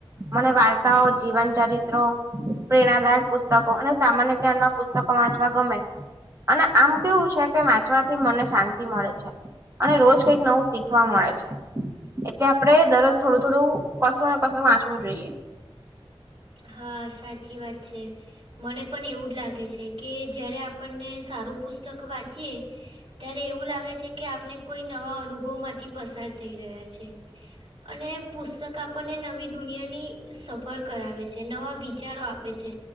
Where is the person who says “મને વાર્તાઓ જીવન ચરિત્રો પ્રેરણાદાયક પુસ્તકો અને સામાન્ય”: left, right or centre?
Right